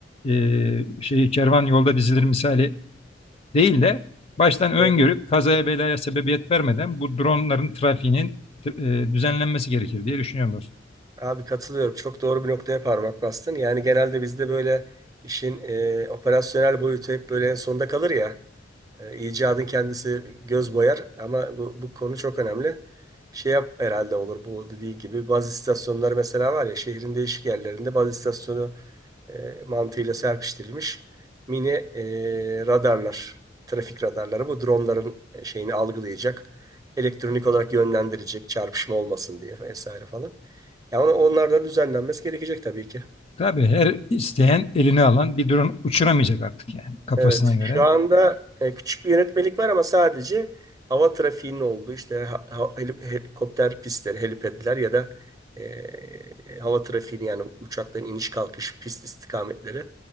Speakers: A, on the left; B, on the right.
A: e, şeyi kervan yolda dizilir misali değil de baştan öngörüp
B: Hı.
A: kazaya belaya sebebiyet vermeden bu dronların trafiğinin e, düzenlenmesi gerekir diye düşünüyorum dostum.
B: Abi katılıyorum. Çok doğru bir noktaya parmak bastın. Yani genelde bizde böyle işin e, operasyonel boyutu hep böyle en sonda kalır ya. E, icadın kendisi göz boyar ama bu, bu konu çok önemli. Şey yap herhalde olur bu dediği gibi bazı istasyonları mesela var ya şehrin değişik yerlerinde bazı istasyonu e, mantığıyla serpiştirilmiş mini e, radarlar, trafik radarları bu dronların e, şeyini algılayacak, elektronik olarak yönlendirecek çarpışma olmasın diye vesaire falan. Ya ona- onlar da düzenlenmesi gerekecek tabii ki.
A: Tabii her isteyen eline alan bir drone uçuramayacak artık yani kafasına
B: Evet.
A: göre.
B: Şu anda e, küçük bir yönetmelik var ama sadece hava trafiğinin olduğu işte ha- ha- heli- helikopter pistleri, helipedler ya da e, hava trafiğini yani uçakların iniş kalkış pist istikametleri.